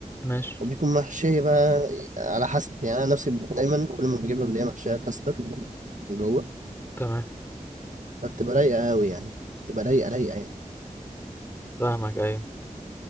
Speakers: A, on the left (about 15°); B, on the right (about 70°).
A: ماشي
B: وبيكون محشيه بقى على حسب يعني انا نفسي دايما كل ما بجيبها بلاقيها محشيه كاستر من جوه
A: تمام
B: فبتبقى رايقه قوي يعني بتبقى رايقه رايقه يعني
A: فاهمك ايوه